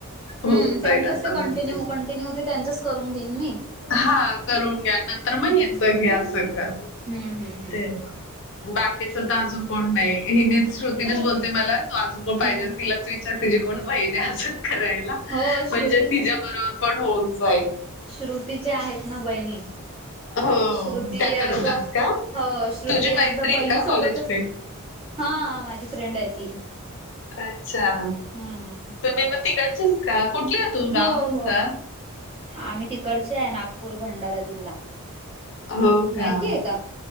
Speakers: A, on the right; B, on the left.
A: हम
B: होऊन
A: त्यांच्याच
B: जाईल असं
A: ते कंटिन्यू
B: म्हणते
A: कंटिन्यू ते त्यांच्याच करून घेईन मी.
B: हां करून घ्या नंतर
A: हम्म
B: मग याच घ्या असं करा.
A: हम्म हम्म.
B: ते बाकीच
A: ठीक
B: तर अजून
A: आहे
B: कोण नाही हिनी श्रुतीनेच बोलते मला तू अजून कोण
A: हम्म
B: पाहिजेल तिलाच विचार तुझी कोण बहीण अजून करायला
A: हो श्रुती
B: म्हणजे तिच्या बरोबर पण होऊन जाईल
A: श्रुतीचे आहेत ना बहिणी
B: हो
A: श्रुती
B: त्या करतात
A: अर्ध
B: का
A: हो श्रुती
B: तुझी मैत्रीण
A: अर्ध बहिणी
B: का
A: सोबतच
B: कॉलेज फ्रेंड
A: हां माझी फ्रेंड आहे ती.
B: अच्छा
A: हम्म
B: तुम्ही पण तिकडचेच का? कुठली आहे तू
A: हो
B: गाव कोणत?
A: हो आम्ही तिकडचे आहे नागपूर भंडारा जिल्हा.
B: हो
A: माहिती
B: का,
A: आहे